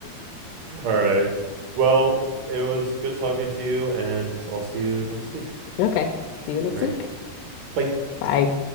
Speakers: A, on the right; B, on the left.
A: All right. Well, it was good talking to you, and I'll see you next week.
B: Okay. See you next
A: All
B: week.
A: right. Bye.
B: Bye.